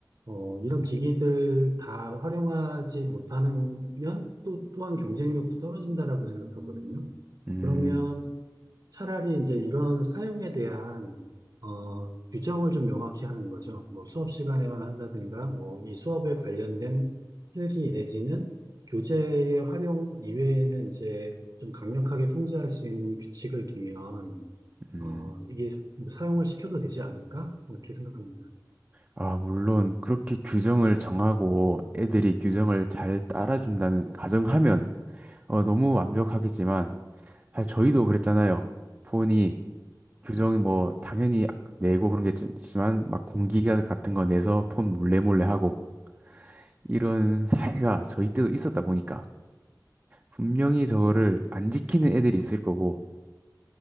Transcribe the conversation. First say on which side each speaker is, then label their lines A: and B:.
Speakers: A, on the right; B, on the right.
A: 어, 이런 기기들 다 활용하지 못하면 또 또한 경쟁력도 떨어진다라고 생각하거든요.
B: 음,
A: 그러면 차라리 이제 이런 사용에 대한 어, 규정을 좀 명확히 하는 거죠. 뭐 수업 시간에만 한다든가, 뭐 이 수업에 관련된 필기 내지는 교재의 활용 이외에는 이제 좀 강력하게 통제할 수 있는 규칙을 두면
B: 음.
A: 어, 이게 뭐 사용을 시켜도 되지 않을까? 이렇게 생각합니다.
B: 아, 물론 그렇게 규정을 정하고 애들이 규정을 잘 따라준다는 가정하면 어, 너무 완벽하겠지만 사실 저희도 그랬잖아요. 폰이 규정 뭐 당연히 내고 그런 게 있지만 막 공기가 같은 거 내서 폰 몰래 몰래 하고 이런 사례가 저희 때도 있었다 보니까 분명히 저거를 안 지키는 애들이 있을 거고